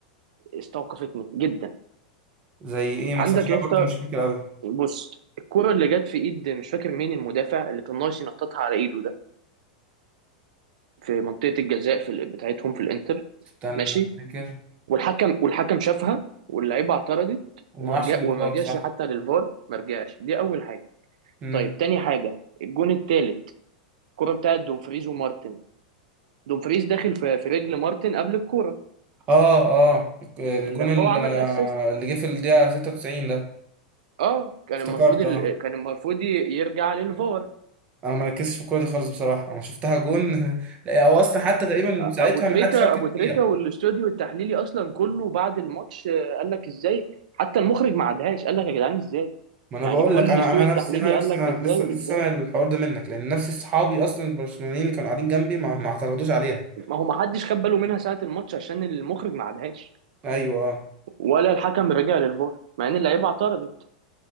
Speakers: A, on the right; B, on the right.
A: استوقفتني جدا
B: زي ايه مثلا
A: عندك
B: عشان
A: يا
B: أنا
A: اسطى
B: برضو مش فاكر قوي
A: بص الكرة اللي جت في ايد مش فاكر مين المدافع اللي كان ناقص ينططها على ايده ده في منطقة الجزاء في ال- بتاعتهم في الانتر
B: استنى
A: ماشي
B: افتكر
A: والحكم والحكم شافها واللعيبة اعترضت
B: وما
A: ومرجع
B: راحش للفار
A: ومرجعش
B: صح
A: حتى للفار مرجعش دي أول حاجة
B: امم
A: طيب تاني حاجة الجون التالت الكرة بتاعت دومفريز ومارتن دومفريز داخل في, في رجل مارتن قبل الكرة
B: اه اه الجون
A: اللي
B: ال-
A: هو عمل
B: آه،
A: الاسيست
B: اللي جه في الدقيقه 96 ده
A: اه كان
B: افتكرت
A: المفروض ال...
B: اه
A: كان المفروض ي- يرجع للفار
B: انا ما ركزتش في الكوره دي خالص بصراحه انا شفتها جون <laughs> لا هو اصلا حتى تقريبا ساعتها
A: ابو تريكا
B: ما حدش ركز
A: ابو تريكا
B: فيها
A: والاستوديو التحليلي اصلا كله بعد الماتش آه، قال لك ازاي حتى المخرج ما عادهاش قال لك يا جدعان ازاي
B: ما انا
A: يعني
B: بقول
A: كل
B: لك انا
A: الاستوديو
B: انا
A: التحليلي
B: نفسي انا
A: قال
B: نفسي
A: لك
B: انا
A: ازاي
B: لسه لسه
A: ازاي
B: سامع الحوار ده منك لان نفس اصحابي اصلا البرشلونيين اللي كانوا قاعدين جنبي ما ما اعترضوش عليها
A: ما هو ما حدش خد باله منها ساعة الماتش عشان المخرج ما عادهاش
B: ايوه آه.
A: ولا الحكم رجع للفار مع ان اللعيبه اعترضت